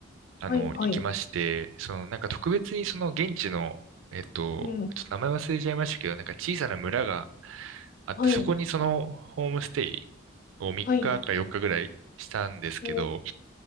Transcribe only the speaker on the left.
はい、はい。
うん、
はい、
はい、うん、